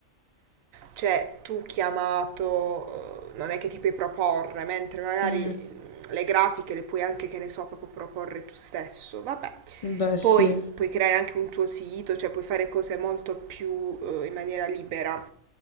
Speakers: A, on the right; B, on the left.
A: cioè, tu chiamato, eh, non è che ti puoi proporre, mentre magari
B: Mm,
A: mh, le grafiche le puoi anche, che ne so, proprio proporre tu stesso. Vabbè.
B: beh, sì.
A: Poi puoi creare anche un tuo sito, cioè puoi fare cose molto più eh, in maniera libera.